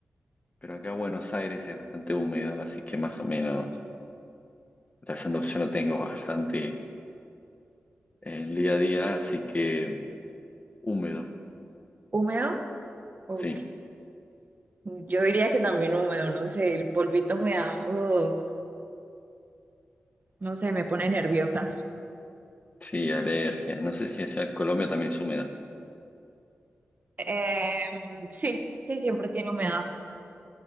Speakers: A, on the left (about 30°); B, on the right (about 40°).
A: pero acá Buenos Aires es bastante húmedo, así que más o menos la segunda opción la tengo bastante el día a día, así que húmedo,
B: Húmedo Ok,
A: sí,
B: yo diría que también húmedo, no sé, el polvito me da, uh, no sé, me pone nerviosa.
A: sí, alergia. No sé si allá Colombia también es húmeda.
B: Em, sí, sí, siempre tiene humedad.